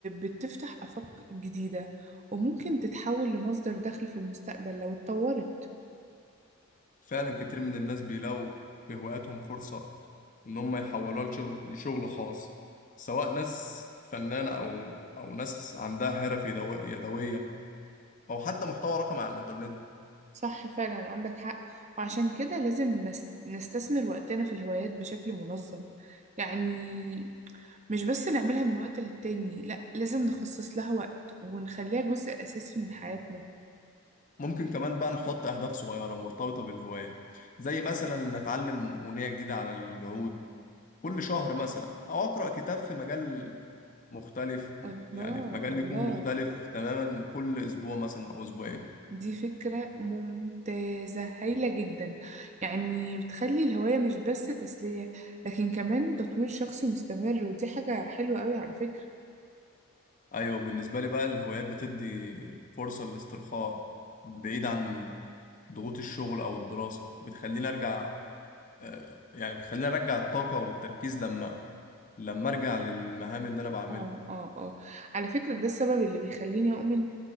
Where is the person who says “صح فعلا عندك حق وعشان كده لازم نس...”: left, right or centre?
Right